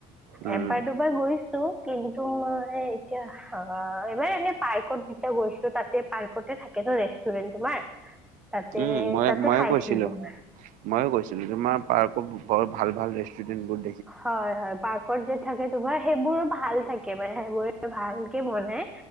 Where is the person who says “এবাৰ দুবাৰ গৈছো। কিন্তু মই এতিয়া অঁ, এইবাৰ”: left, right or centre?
Centre